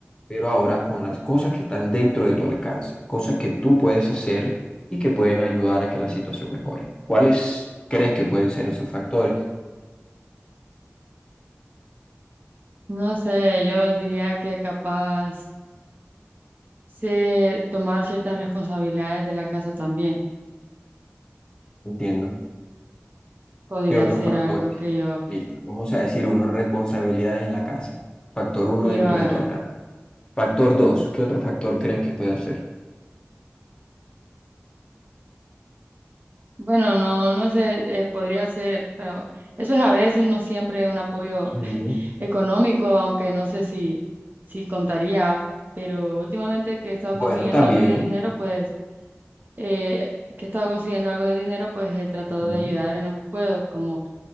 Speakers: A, on the left; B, on the right.
A: pero ahora con las cosas que están dentro de tu alcance, cosas que tú puedes hacer y que pueden ayudar a que la situación mejore. ¿Cuáles crees que pueden ser esos factores?
B: No sé, yo diría que capaz ser, tomar ciertas responsabilidades de la casa también
A: Entiendo.
B: podría
A: ¿Qué otros
B: ser
A: factores?
B: algo que yo,
A: Listo. Vamos a decir uno, responsabilidades en la casa. Factor uno
B: que
A: dentro
B: yo haga.
A: de tu alcance. Factor dos, ¿qué otro factor crees que puede ser?
B: Bueno, no, no sé, eh, podría ser, pero eso es a veces, no siempre un apoyo
A: Ujú.
B: <laughs> económico, aunque no sé si, si contaría, pero últimamente que he estado
A: Bueno,
B: consiguiendo
A: también.
B: algo de dinero, pues, eh, que he estado consiguiendo algo de dinero, pues he tratado
A: Ujú,
B: de ayudar en lo que puedo, como